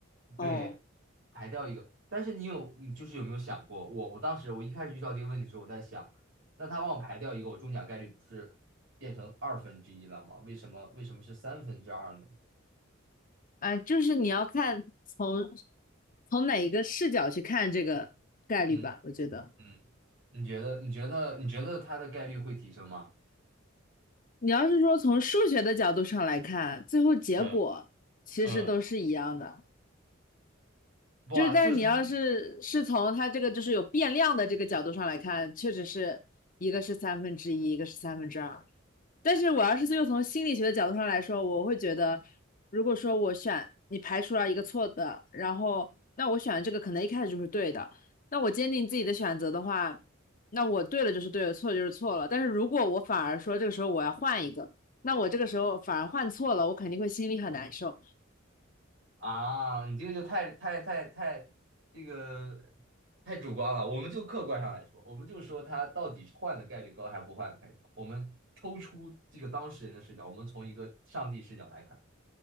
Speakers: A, on the left; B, on the right.
A: 哦，
B: 对，排掉一个。但是你有，你就是有没有想过，我我当时我一开始遇到这个问题的时候，我在想，那他帮我排掉一个，我中奖概率不是变成二分之一了吗？为什么为什么是三分之二呢？
A: 哎，就是你要看从从哪一个视角去看这个概率吧，
B: 嗯
A: 我觉得。
B: 嗯。你觉得你觉得你觉得他的概率会提升吗？
A: 你要是说从数学的角度上来看，最后结果其实都是一样的，
B: 嗯嗯，不啊，
A: 就是但是你要是是从它这个就是有变量的这个角度上来看，
B: 就从
A: 确实是一个是三分之一，一个是三分之二。但是我要是又从心理学的角度上来说，我会觉得，如果说我选你排除了一个错的，然后那我选的这个可能一开始就是对的，那我坚定自己的选择的话，那我对了就是对了，错了就是错了。但是如果我反而说这个时候我要换一个，那我这个时候反而换错了，我肯定会心里很难受。
B: 啊，你这个就太太太太这个太主观了。我们就客观上来说，我们就说他到底换的概率高还是不换的概率高。我们抽出这个当事人的视角，我们从一个上帝视角来看，